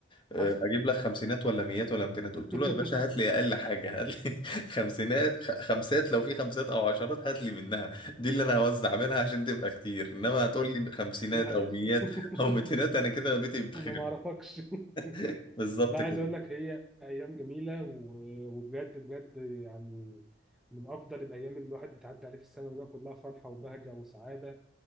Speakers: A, on the left (about 25°); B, in the centre.
A: آه،
B: <laughs> حصل
A: اجيب لك خمسينات ولا ميات ولا امتينات
B: <laughs>
A: قلت له يا باشا هات لي اقل حاجه هات لي <laughs> خمسينات خ- خمسات لو في خمسات او عشرات هات لي منها دي اللي انا هوزع منها عشان تبقى كتير انما هتقول لي خمسينات
B: دي حقيقة
A: او ميات
B: <laughs>
A: او ميتينات انا كده بيتي بيتخرب
B: انا ما اعرفكش <laughs>
A: <laughs> بالظبط
B: لا عايز
A: كده
B: اقول لك هي ايام جميله و- وبجد بجد يعني من افضل الايام اللي الواحد بتعدي عليه في السنه وهي كلها فرحه وبهجه وسعاده